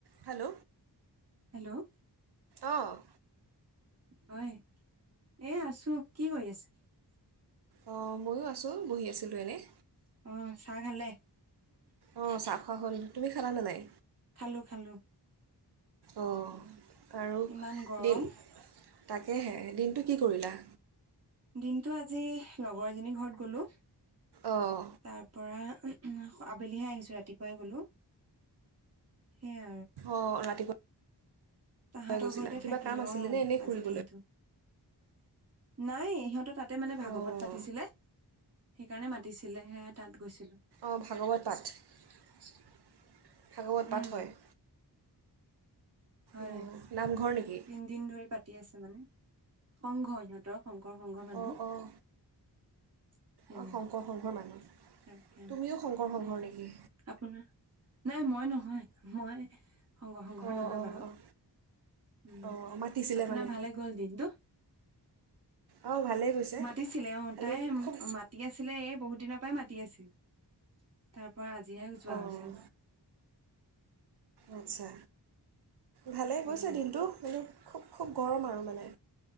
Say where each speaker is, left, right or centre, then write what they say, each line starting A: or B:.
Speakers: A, on the right; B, on the right.
A: Hello.
B: Hello
A: অ'।
B: হয়। এ আছো কি কৰি আছে?
A: অ', ময়ো আছো বহি আছিলোঁ এনেই,
B: অ চাহ খালে
A: অ', চাহ খোৱা হ'ল। তুমি খানা নে নাই
B: খালো খালো
A: অ',
B: উ
A: আৰু
B: ইমান গৰম
A: দিন তাকেহে দিনটো কি কৰিলা?
B: দিনতটো আজি লগৰ এজনীৰ ঘৰত গলো
A: অঁ
B: তাৰ পৰা আবেলিহে আহিছো ৰাতিপুৱাই গলো। সেইয়াই
A: অ ৰাতিপুৱা
B: তাহতৰ
A: গৈছিলা
B: ঘৰতে
A: কিবা
B: থাকিলো
A: কাম আছিলেনে
B: অ',
A: এনেই ফুৰিবলৈ
B: আজিৰ দিনটো, নাই সিহঁতৰ তাত এ মানে ভাগৱত
A: অঁ
B: পাতিছিলে সেইকাৰণে মাতিছিলে, সেয়ে তাত গৈছিলো
A: অ', ভাগৱত পাঠ? ভাগৱত
B: উম
A: পাঠ হয়?
B: হয়
A: ও, নামঘৰ নেকি?
B: তিনদিন ধৰি পাতি আছে মানে, সংঘ সিহঁতৰ শংকৰ শংঘৰ মানুহ।
A: অঁ অঁ
B: সেয়া,
A: অঁ শংকৰ সংঘৰ মানুহ
B: তাকে,
A: তুমিও শংকৰ সংঘৰ
B: উম,
A: নেকি
B: আপোনাৰ নাই মই নহয়, মই <inaudible> শংকৰ সংঘৰ
A: অঁ
B: নহয়
A: অঁ
B: বাৰু।
A: অঁ
B: উম,
A: অঁ মাতিছিলে
B: আপোনাৰ
A: মানে
B: ভালে গল দিনটো?
A: অঁ ভালেই গৈছে
B: মাতিছিলে অ',
A: খালি
B: তাই
A: খুব
B: মাতি আছিলে <unintelligible> বহুত দিনৰ পৰাঈ মাতি আছিল। তাৰ পৰা আজিহে যোৱা
A: অঁ
B: হৈছে।
A: আচ্ছা। ভালেই
B: সেয়াই
A: গৈছে দিনটো, কিন্তু খুব খুব গৰম আৰু মানে,